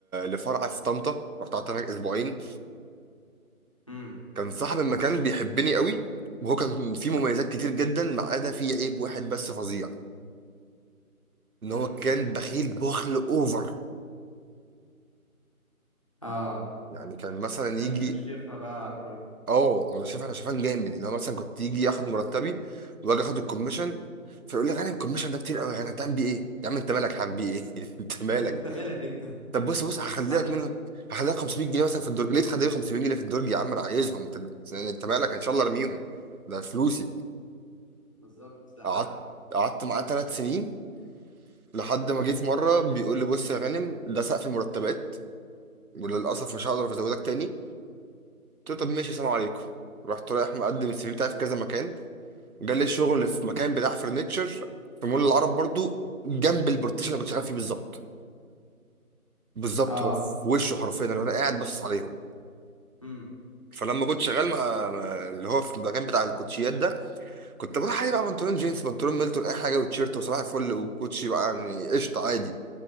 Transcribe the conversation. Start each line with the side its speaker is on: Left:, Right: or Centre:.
Right: لفرع في طنطا رحت قعدت هناك اسبوعين
Left: امم
Right: كان صاحب المكان بيحبني قوي وهو كان فيه مميزات كتير جدا ما عدا فيه عيب واحد بس فظيع ان
Left: امم
Right: هو كان بخيل بخل اوفر
Left: اه
Right: يعني كان مثلا
Left: وكان
Right: يجي
Left: منشفها بقى على الكل
Right: اه انا شايف انا شايفان جامد اللي هو مثلا كنت يجي ياخد مرتبي واجي اخد الكوميشن فيقول لي غانم الكوميشن ده كتير قوي غانم هتعمل بيه ايه يا عم انت مالك هعمل بيه ايه <laughs> انت مالك
Left: <laughs> انت مالك انت
Right: طب بص بص هخلي
Left: مش حقي
Right: لك منه هخلي لك 500 جنيه مثلا في الدرج ليه تخلي لي 500 جنيه في الدرج يا عم انا عايزهم انت يعني انت مالك ان شاء الله ارميهم ده فلوسي
Left: بالظبط ده
Right: قعدت
Left: حقي
Right: قعدت معاه ثلاث سنين لحد ما جه في مره بيقول لي بص يا غانم ده سقف المرتبات وللاسف مش هقدر ازودك تاني قلت له طب ماشي سلام عليكم رحت رايح مقدم السي في بتاعي في كذا مكان جالي شغل في مكان بتاع فرنتشر في مول العرب برضو جنب البارتيشن اللي كنت شغال فيه بالظبط بالظبط
Left: اه
Right: هو في وشه حرفيا اللي انا قاعد باصص عليهم
Left: امم
Right: فلما كنت شغال مع مع اللي هو في المكان بتاع الكوتشيات ده كنت بروح عليه بقى بنطلون جينز بنطلون ميلتون اي حاجه وتيشيرت وصباح الفل وكوتشي بقى يعني قشطه عادي